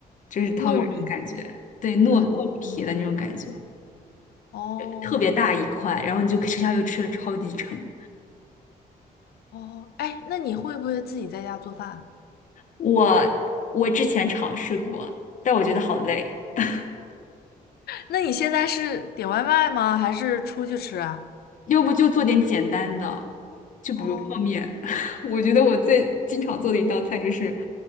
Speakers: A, on the left (about 55°); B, on the left (about 80°).
A: 就是汤圆的感觉，
B: 糯米。
A: 对，糯糯米皮的那种感觉，
B: 嗯嗯，哦
A: 呃特别大一块，然后你就吃下去吃的超级撑。
B: 哦，哎，那你会不会自己在家做饭啊
A: 我我之前尝试过，但我觉得好累，<laughs>
B: 那你现在是点外卖吗？还是出去吃啊？
A: 要不就做点简单的，就比如泡面。
B: 哦，
A: <laughs> 我觉得我最经常做的一道菜就是